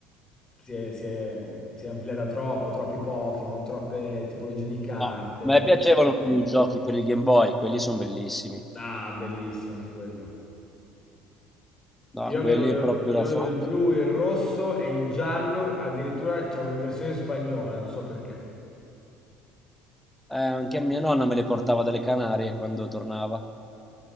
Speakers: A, on the left; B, in the centre.
A: si è, si è- si è ampliata troppo, troppi Pokémon, troppe tipologie di carte.
B: No. A me piacevano più i giochi per il Game Boy, quelli sono bellissimi.
A: Ah, bellissimo anche quello.
B: No,
A: Io
B: quelli
A: avevo il,
B: proprio
A: io
B: la
A: avevo
B: forza.
A: il blu, il rosso e il giallo, addirittura c'avevo in versione spagnola, non so perché.
B: Eh, anche a mia nonna me le portava dalle Canarie quando tornava.